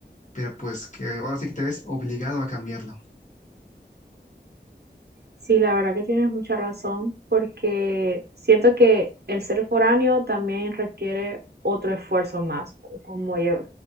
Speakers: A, on the left; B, on the right.
A: pero pues que ahora sí que te ves obligado a cambiarlo.
B: Sí, la verdad que tienes mucha razón, porque siento que el ser foráneo también requiere otro esfuerzo más, como yo,